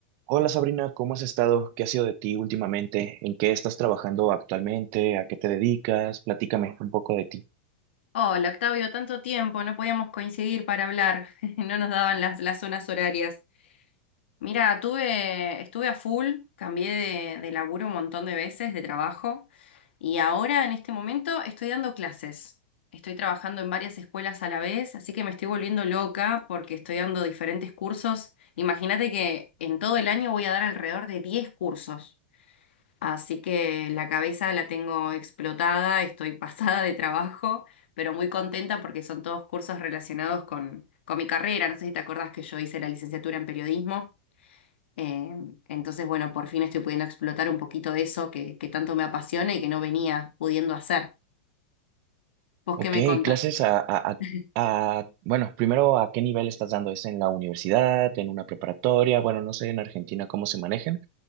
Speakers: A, on the right (about 35°); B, on the left (about 80°).
A: Hola Sabrina, ¿cómo has estado? ¿Qué ha sido de ti últimamente? ¿En qué estás trabajando actualmente? ¿A qué te dedicas? Platícame un poco de ti.
B: Hola, Octavio, tanto tiempo, no podíamos coincidir para hablar, <laughs> no nos daban las, las zonas horarias. Mira, tuve, estuve a full, cambié de, de laburo un montón de veces, de trabajo, y ahora en este momento estoy dando clases. Estoy trabajando en varias escuelas a la vez, así que me estoy volviendo loca porque estoy dando diferentes cursos. Imagínate que en todo el año voy a dar alrededor de 10 cursos. Así que la cabeza la tengo explotada, estoy <laughs> pasada de trabajo, pero muy contenta porque son todos cursos relacionados con, con mi carrera. No sé si te acordás que yo hice la licenciatura en periodismo. eh, entonces, bueno, por fin estoy pudiendo explotar un poquito de eso que, que tanto me apasiona y que no venía pudiendo hacer. ¿Vos
A: Ok,
B: qué me contás?
A: clases a, a, a,
B: <laughs>
A: a- bueno, primero, ¿a qué nivel estás dando? ¿Es en la universidad, en una preparatoria? Bueno, no sé en Argentina cómo se manejan,